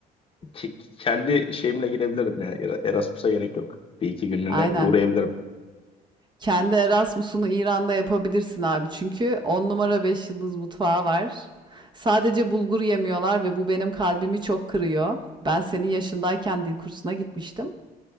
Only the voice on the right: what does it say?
Aynen.
Kendi Erasmus'unu İran'da yapabilirsin abi. Çünkü 10 numara 5 yıldız mutfağı var. Sadece bulgur yemiyorlar ve bu benim kalbimi çok kırıyor. Ben senin yaşındayken dil kursuna gitmiştim.